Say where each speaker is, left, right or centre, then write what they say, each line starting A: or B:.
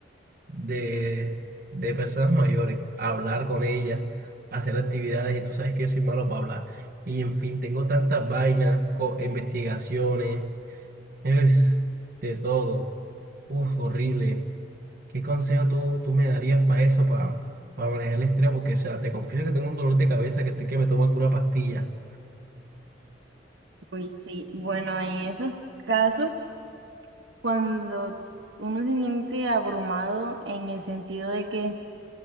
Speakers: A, on the right; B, on the right.
A: de, de personas mayores, a hablar con ellas, a hacer actividades. Y tú sabes que yo soy malo para hablar. Y en fin, tengo tantas vainas, co- investigaciones, es de todo. Uf, horrible. ¿Qué consejo tú, tú me darías para eso, para, para manejar el estrés? Porque, o sea, te confieso que tengo un dolor de cabeza que estoy que me tomo pura pastilla.
B: Uy, sí. Bueno, en esos casos, cuando uno se siente abrumado en el sentido de que